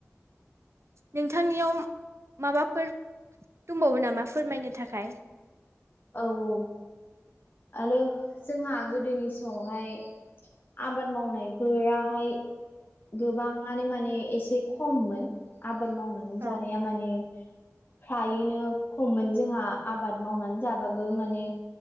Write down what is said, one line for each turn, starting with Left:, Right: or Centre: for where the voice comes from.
Right: नोंथांनियाव माबाफोर दंबावो नामा फोरमायनो थाखाय?
Left: औ औ आरो जोंहा गोदोनि समावहाय आबाद मावनायफोराहाय गोबाङानो माने एसे खममोन आब बाद मावनानै
Right: औ
Left: जानाया माने फ्रायैनो खममोन जोंहा आबाद मावनानै जाबाबो माने